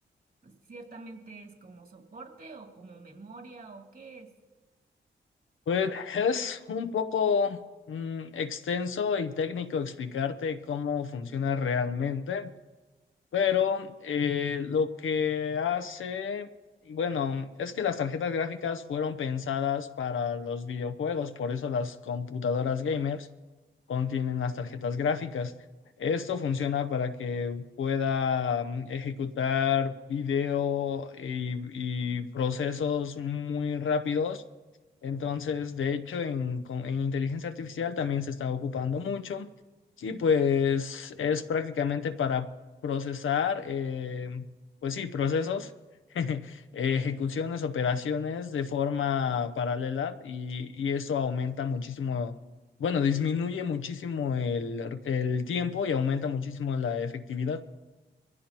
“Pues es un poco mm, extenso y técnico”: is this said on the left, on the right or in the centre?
Left